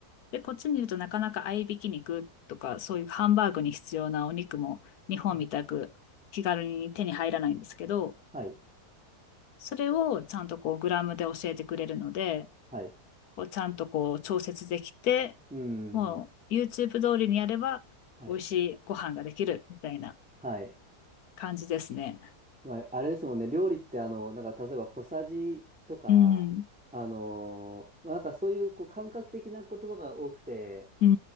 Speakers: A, on the left; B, in the centre.
A: で、こっちにいるとなかなか合いびき肉とか、そういうハンバーグに必要なお肉も日本みたく気軽に手に入らないんですけど、
B: はい、はい、
A: それをちゃんとこうグラムで教えてくれるので、
B: はい、
A: こうちゃんとこう調節できて、
B: うー
A: もう
B: ん、
A: YouTube 通りにやれば美味しいご飯ができるみたいな
B: はい。はい。
A: 感じですね。
B: まあ、あれですもんね、料理ってあの、なんか例えば小さじとか、
A: うん。
B: あのーまあ、なんかそういう、こう感覚的な言葉が多くて、
A: うん